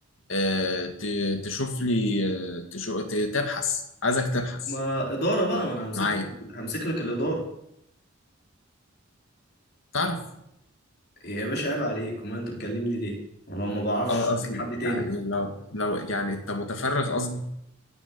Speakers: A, on the left; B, on the left.
A: آه، ت- تشوف لي آه، تشو- ت- تبحث عايزك تبحث
B: ما إدارة بقى ما أنا همسك
A: معايا
B: لك همسك لك الإدارة
A: تعرف
B: يا باشا عيب عليك أمال أنت مكلمني ليه؟ أنا لو ما بعرفش
A: اه
B: أشوف
A: قصدي
B: لك حد تاني
A: يعني لو لو يعني انت متفرغ قصدي